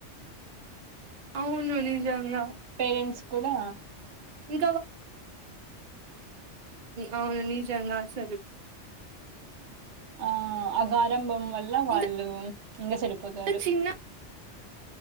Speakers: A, on the right (about 50°); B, on the right (about 70°).
A: అవును నిజం గా
B: పేరెంట్స్ కూడా
A: యూ అవును నిజంగా అసలు
B: ఆ ఆగారాభం వల్ల వాళ్ళు
A: ఇంకా
B: ఇంకా చెడిపోతారు
A: చిన్న